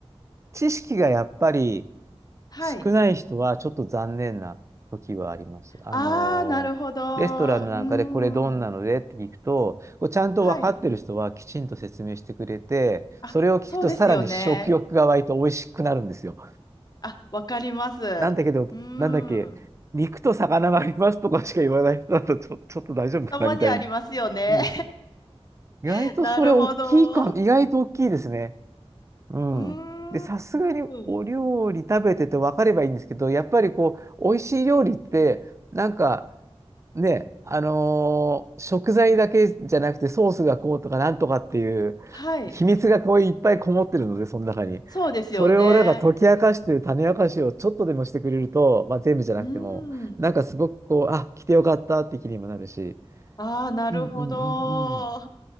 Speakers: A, on the right; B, on the left.
A: 知識がやっぱり
B: はい。
A: 少ない人はちょっと残念な時はあります。あの、
B: ああ、なるほど。
A: レストランなんかでこれどんなのでって聞くと、
B: うーん。
A: こうちゃんと分かってる人はきちんと説明してくれて、
B: はい。あ、
A: それを聞くとさらに食欲が湧いて美味しくなるんですよ。
B: そうですよね。あ、わかります。うーん。
A: なんだけど、なんだっけ、肉と魚がありますとかしか言わない人だと、ちょ、<laughs> ちょっと大丈夫かなみたいな。
B: たまにありますよね。
A: そうそう意外とそれ大きいか、
B: <laughs> なるほど。
A: 意外と大きいですね。うん。
B: うー
A: で、さすがにお料理食べてて分かればいいんですけど、
B: ん。
A: やっぱりこう、美味しい料理って、なんか、ね、あのー食材だけじゃなくてソースがこうとかなんとかっていう秘密がこういっぱいこもってるので、
B: はい。
A: その中に。
B: そうですよね。
A: それをなんか解き明かしてる種明かしをちょっとでもしてくれると、まあ、全部じゃなくても、
B: うん。
A: なんかすごくこう、あ、来てよかったって気にもなるし、
B: ああ、なるほど。
A: うんうんうんうん。